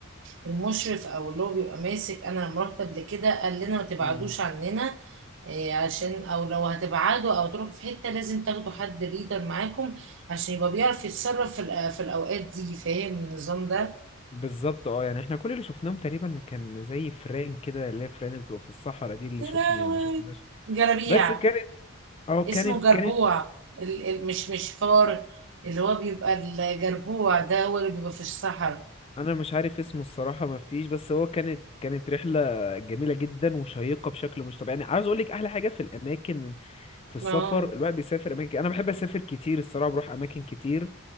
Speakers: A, on the right; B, on the left.
A: المشرف او اللي هو بيبقى ماسك انا لما رحت قبل كده قال لنا ما تبعدوش
B: مم.
A: عننا إيه، عشان او لو هتبعدوا او تروحوا في حتة لازم تاخدوا حد ليدر معاكم عشان يبقى بيعرف يتصرف في الأ- في الاوقات دي فاهم النظام ده
B: بالظبط اه يعني احنا كل اللي شفناهم تقريبا كان زي فران كده اللي هي فران اللي بتبقى في الصحراء دي اللي
A: يا
B: شفناها
A: لهوي
B: ما شفناش
A: جلابيع
B: بس كانت اه كانت
A: اسمه جربوع
B: كانت
A: ال... ال... مش مش فار اللي هو بيبقى الجربوع ده هو اللي بيبقى في الصحراء
B: انا مش عارف اسمه الصراحه مفتيش بس هو كانت كانت رحله جميله جدا وشيقه بشكل مش طبيعي يعني عاوز اقول لك احلى حاجه في الاماكن في السفر
A: اه
B: الواحد بيسافر اماكن انا بحب اسافر كتير الصراحه بروح اماكن كتير